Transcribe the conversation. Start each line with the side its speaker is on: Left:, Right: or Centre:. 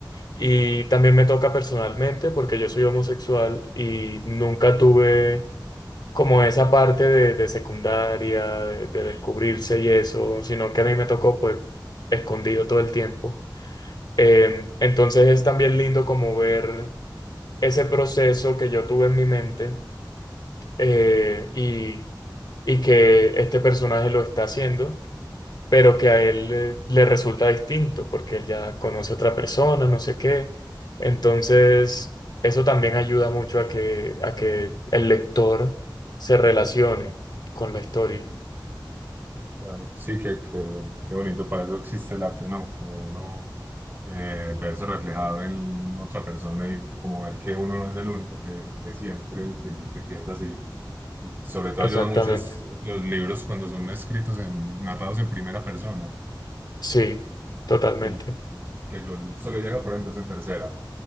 Left: Y también me toca personalmente porque yo soy homosexual y nunca tuve como esa parte de, de secundaria, de, de descubrirse y eso, sino que a mí me tocó pues escondido todo el tiempo. Eh, entonces es también lindo como ver ese proceso que yo tuve en mi mente eh, y, y que este personaje lo está haciendo pero que a él eh, le resulta distinto porque él ya conoce otra persona, no sé qué. Entonces, eso también ayuda mucho a que, a que el lector se relacione con la historia.
Right: Claro. Sí, qué, qué, qué bonito, para eso existe el arte, ¿no? Como uno eh, verse reflejado en otra persona y como ver que uno no es el único que, que siente y que, que piensa así. Y sobre todo ayuda
Left: Exactamente.
Right: mucho es los libros cuando son escritos en, narrados en primera persona.
Left: Sí, totalmente.
Right: El que yo solo llega, por ejemplo, es en tercera.